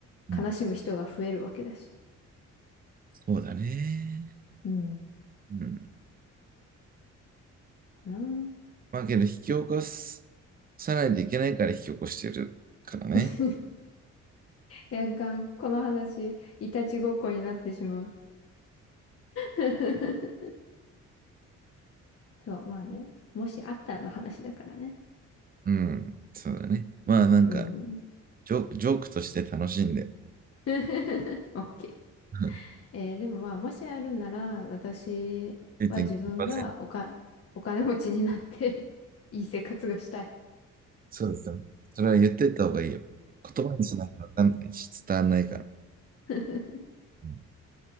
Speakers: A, on the right; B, on the left.
A: うん。
B: 悲しむ人が増えるわけだし。
A: そうだね。
B: うん、
A: うん。
B: かな。
A: まあけど引き起こす、さないといけないから引き起こしてるからね。
B: <laughs> いや、がんこの話、いたちごっこになってしまう。<laughs> そう、まあね。もしあったらの話だからね。
A: うん。そうだね。まあなんか、
B: うん。
A: ジョーク、ジョークとして楽しんで、
B: <laughs> オッケ
A: <laughs>
B: ー。えーでもまあ、もしあるなら、私は自分がおか、
A: 0.9%。
B: お金持ちになって <laughs> いい生活がしたい
A: そうですね。それは言ってった方がいいよ。言葉にしないとわかんないし、伝わんないから。
B: <laughs>。
A: う